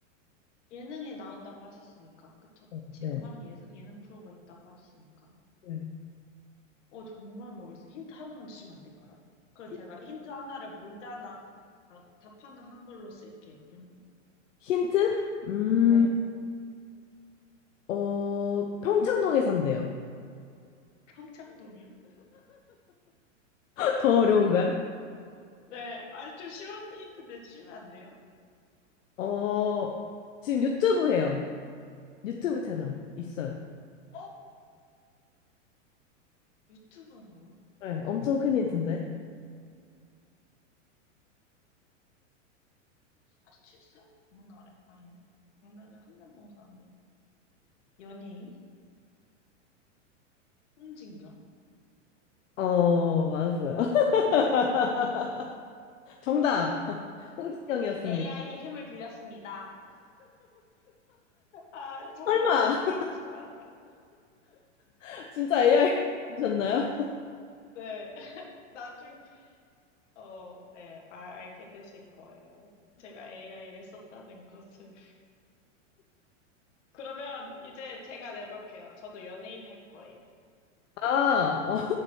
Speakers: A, on the left; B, on the left.
A: 예능에 나온다고 하셨으니까 그쵸?
B: 어,
A: 지금
B: 네.
A: 하는 예, 예능 프로가 있다고 하셨으니까.
B: 네.
A: 어, 정말 모르겠어요. 힌트 하나만 주시면 안 될까요? 그럼
B: 히-
A: 제가 힌트 하나를 문제 하나, 아, 답 하나 한글로 쓸게요. 문,
B: 힌트? 음,
A: 네.
B: 어, 평창동에 산대요.
A: 평창동이요?
B: <laughs> 더 어려운가요?
A: 네. 아니, 좀 쉬운 힌트 내주시면 안 돼요?
B: 어, 지금 유튜브 해요. 유튜브 채널 있어요.
A: 어? 유튜브 한다고요?
B: 네, 엄청 큰 힌트인데.
A: 47세? 장난해? 아닌데? 장난은 한남동 사는데? 연예인? 홍진경?
B: 어, 맞았어요. <laughs> 정답. 홍진영이었습니다.
A: AI의 힘을 빌렸습니다. 아, 정말
B: 설마
A: 부끄럽지만.
B: <laughs> 진짜 AI이셨나요?
A: <laughs> 네. 나중, 어, 네. 아, 알게 되실 거예요. 제가 AI를 썼다는 것을. 그러면 이제 제가 내볼게요. 저도 연예인 할 거예요.
B: 아, 어,